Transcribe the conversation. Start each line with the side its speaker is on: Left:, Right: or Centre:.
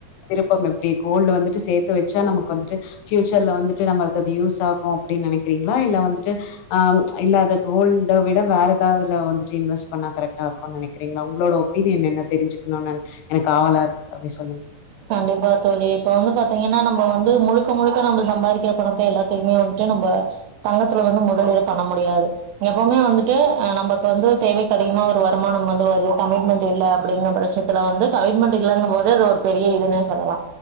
Left: விருப்பம் எப்டி கோல்ட் வந்துட்டு சேத்து வச்சா நமக்கு வந்துட்டு பியூச்சர்ல வந்துட்டு நம்மள்க்கு அது யூஸ் ஆகு அப்படின் நெனைக்கிறீங்களா இல்ல வந்துட்டு ஆம் இல்ல அத கோல்ட விட வேற ஏதாதுல வந்துட்டு இன்வெஸ் பண்ணா கரெக்டா இருக்குன் நெனைக் கிறீங்ளா உங்களோட ஒப்பீனியன் என்ன தெரிஞ்சுக்கணுனு எனக்கு ஆவலா இருக்கு தம்பி சொல்லுங்க
Right: கண்டிப்பா தோழி இப்ப வந்து பாத்தீங்கன்னா நம்ம வந்து முழுக்க முழுக்க நம்ம சம்பாதிக்கிற பணத்த எல்லாத்தையுமே வந் து நம்ப தங்கத்துல வந்து முதலீடு பண்ண முடியாது எப்பவுமே வந்துட்டு அ நமக்கு வந்து தேவைக்கு அதிகமா ஒரு வருமானம் வந்து வருது கமிட்மெண்ட் இல்ல அப்டிங்க பச்சத்துல வந்து கமிட்மெண்ட் இல்லங்கம் போது அது ஒரு பெரிய இதுன்னே சொல்லலா